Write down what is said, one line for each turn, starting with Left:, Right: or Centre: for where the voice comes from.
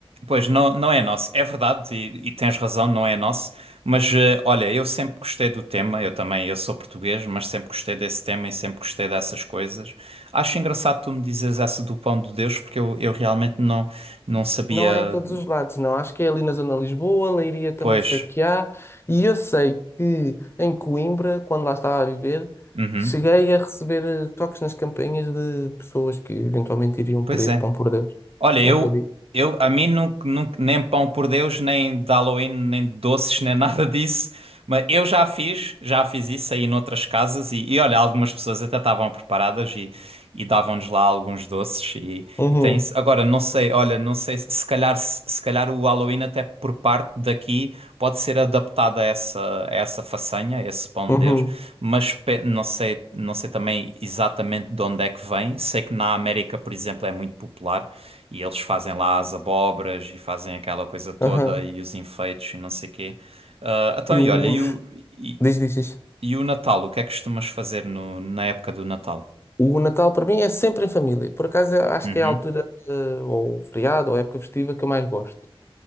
Right: pois não, não é nosso, é verdade e, e tens razão, não é nosso. Mas eh, olha, eu sempre gostei do tema, eu também, eu sou português, mas sempre gostei desse tema e sempre gostei dessas coisas. Acho engraçado tu me dizeres essa do pão de Deus, porque eu, eu realmente não, não sabia.
Left: Não há em todos os lados, não. Acho que é ali na zona de Lisboa, Leiria também
Right: Pois,
Left: sei que há. E eu sei que em Coimbra, quando lá estava a viver,
Right: uhum,
Left: cheguei a receber eh, toques nas campainhas de pessoas que eventualmente iriam
Right: pois
Left: pedir
Right: é.
Left: pão por Deus
Right: Olha, eu,
Left: naquele dia.
Right: eu a mim nunca, nunca- nem pão por Deus, nem de Halloween, nem de doces, nem <laughs> nada disso. Mas eu já fiz, já fiz isso aí noutras casas e, e olha, algumas pessoas até estavam preparadas e, e davam-nos lá alguns doces e,
Left: Uhum,
Right: e tem isso. Agora, não sei, olha, não sei, se se calhar, se, se calhar o Halloween até por parte daqui pode ser adaptado a essa, a essa façanha, a esse pão
Left: uhum,
Right: de Deus, mas pe- não sei, não sei também exatamente de onde é que vem. Sei que na América, por exemplo, é muito popular. E eles fazem lá as abóboras e fazem aquela coisa toda
Left: aham.
Right: e os enfeites e não sei quê. Ah, então,
Left: E
Right: e
Left: os.
Right: olha, e o, e,
Left: Diz, diz, diz.
Right: e o Natal? O que é que costumas fazer no, na época do Natal?
Left: O Natal para mim é sempre em família. Por acaso eu acho
Right: Uhum.
Left: que é a altura, eh, ou feriado, ou época festiva que eu mais gosto.